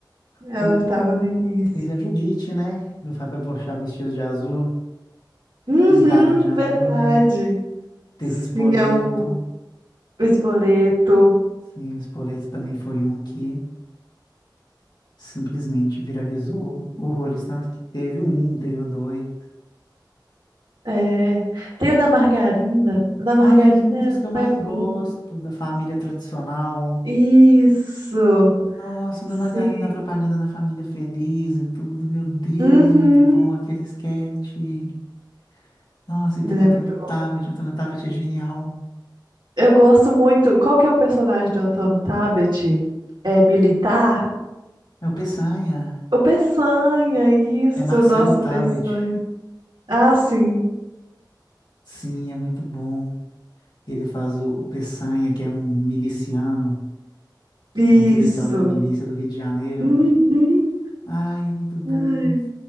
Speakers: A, on the right (about 80°); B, on the left (about 65°).
A: ela
B: Eu
A: estava no início.
B: teve a Judite, né? Do Fábio Porchat vestido de azul,
A: Uhum,
B: pintado de azul,
A: verdade.
B: né? Teve
A: Sim,
B: o Spoleto.
A: é o o Espoleto.
B: Sim, o Spoleto também foi um que simplesmente viralizou horrores, tanto que teve o um, teve o dois.
A: É, tem o da margarina. Da margarina
B: Ai, um dos que eu mais
A: não é público.
B: gosto da família tradicional,
A: Isso,
B: Nossa, da Margarina,
A: sim.
B: a propaganda da família feliz e tudo. Meu Deus,
A: Uhum.
B: é muito bom aquele esquete. Nossa, e tem
A: Ele
B: o Antônio
A: é muito bom.
B: Tabet. O Antônio Tabet é genial.
A: Eu gosto muito. Qual que é o personagem do Antônio Tabet? É militar?
B: É o Peçanha.
A: O Peçanha, isso,
B: É Marcelo
A: nosso
B: Tabet.
A: Peçanha. Ah, sim,
B: Sim, é muito bom. Ele faz o, o Peçanha, que é um miliciano.
A: isso.
B: É um policial da milícia do Rio de Janeiro.
A: Uhum.
B: Ai, é muito bom.
A: Ai,